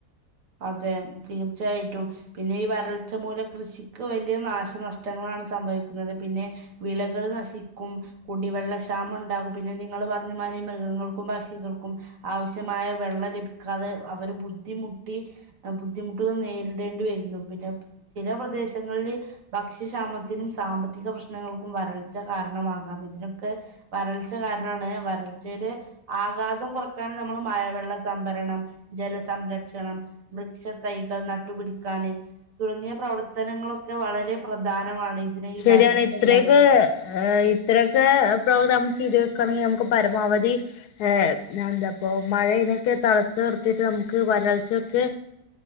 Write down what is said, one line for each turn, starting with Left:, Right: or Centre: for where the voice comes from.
Right: അതെ തീർച്ചായിട്ടും പിന്നെ ഈ വരൾച്ച മൂലം കൃഷിക്ക് വലിയ നാശനഷ്ടങ്ങളാണ് സംഭവിക്കുന്നത്. പിന്നെ വിളകൾ നശിക്കും. കുടിവെള്ളക്ഷാമം ഉണ്ടാകും പിന്നെ നിങ്ങൾ പറഞ്ഞു മനി മൃഗങ്ങൾക്കും പക്ഷികൾക്കും. ആവശ്യമായ വെള്ളം ലഭിക്കാതെ അവര് ബുദ്ധിമു ബുദ്ധിമുട്ടുകൾ നേരിടേണ്ടി വരുന്നു പിന്നെ ചില പ്രദേശങ്ങളില്. ഭക്ഷ്യക്ഷാമത്തിനും സാമ്പത്തിക പ്രശ്നങ്ങൾക്കും വരൾച്ച കാരണമാകാം. ഇതിനൊക്കെ വരൾച്ച കാരണണ്. വരൾച്ചയുടെ ആഘാതം കുറക്കാൻ നമ്മള് മഴവെള്ള സംഭരണം ജലസംരക്ഷണം. വൃക്ഷ തൈകൾ നട്ടുപിടിക്കാന്. തുടങ്ങിയ പ്രവർത്തനങ്ങളൊക്കെ വളരെ പ്രധാനമാണ് ഇതിനെ ഈ
Left: ശരിയാണ്
Right: വരൾച്ചല്ലാതിരിക
Left: ഇത്രയൊക്കെ ഇത്രയൊക്കെ പ്രോഗ്രാം ചെയ്ത് വെക്കുകയാണെങ്കിൽ നമുക്ക് പരമാവധി. ഏഹ് എന്താപ്പ മഴനൊക്കെ തളാർ ളത്ത് നിർത്തിയിട്ട് നമുക്ക് വരൾച്ചയൊക്കെ